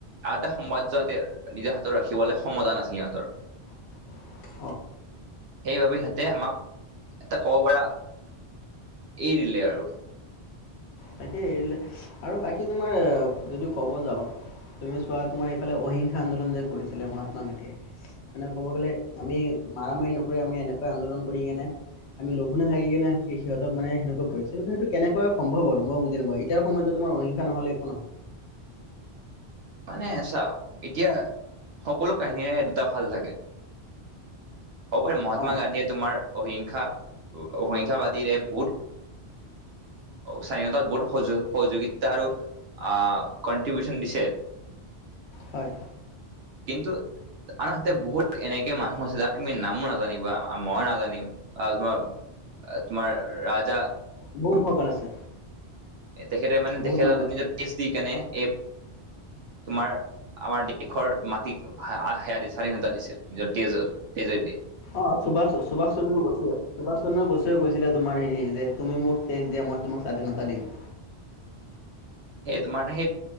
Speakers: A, on the right; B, on the left.
A: আধা সম্ৰাজ্য সিহঁতে নিজৰ হাতত ৰাখিবলৈ সমতা নাছিল সিহঁতৰ।
B: <inaudible>
A: সেইবাবে সিহঁতে আমাক এটা ক'ব পৰা এৰি দিলে আৰু।
B: তাকে এৰি দিলে আৰু বাকী তোমাৰ যদি ক'ব যাওঁ তুমি চোৱা তোমাৰ এইফালে অহিংসা আন্দোলন যে কৰিছিলে মহাত্মা গান্ধীয়ে মানে ক'ব গ'লে আমি মাৰামাৰি নকৰি আমি এনেকৈ আন্দোল কৰিকেনে আমি লঘোনে থাকি কিনে সেই সিহঁতক মানে সেনেকৈ কৰিছে সেইটো কেনেকৈ সম্ভৱ হ'ল। মই বুজি নাপাওঁ এতিয়াৰ সময়তো তোমাৰ অহিংসা নহলে একো নহয়।
A: মানে চা এতিয়া সকলো কাহিনীৰে দুটা ভাল থাকে, হ'ব পাৰে মহাত্মা
B: অ
A: গান্ধীয়ে তোমাৰ অহিংসা অহিংসাবাদীৰে বহুত স্বাধীনতাত বহুত সয সহযোগিতা আৰু আহ কনট্ৰিবিউশন দিছিল।
B: হয়
A: কিন্তু আনহাতে বহুত এনেকে মানুহ আছে তাত তুমি নামো নাজানিবা মই নাজানিম তোমাৰ তোমাৰ ৰাজ
B: বহুত সকল আছে।
A: তেখেতে মানে
B: বহুত
A: তেখেত
B: মানুহ আছে
A: নিজৰ তেজ দি কেনে এই তোমাৰ আমাৰ দেশৰ মাটিক সেয়া দি স্বাধীনতা দিছিল নিজৰ তেজত তেজে দিয়ে।
B: অ সুভাষ সুভাষ চন্দ্ৰ বসুৱে সুভাষ চন্দ্ৰই বসুৱে কৈছিলে তোমাৰ হেৰি যে তুমি মোক তেজ দিয়া মই তোমাক স্বাধীনতা দিম।
A: সে তোমাৰ সেই